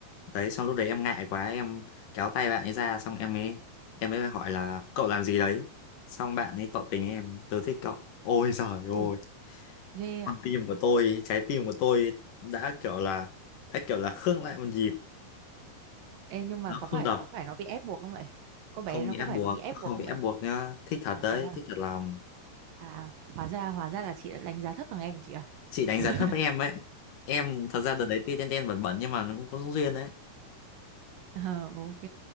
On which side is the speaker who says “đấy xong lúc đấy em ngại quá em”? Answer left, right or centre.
Left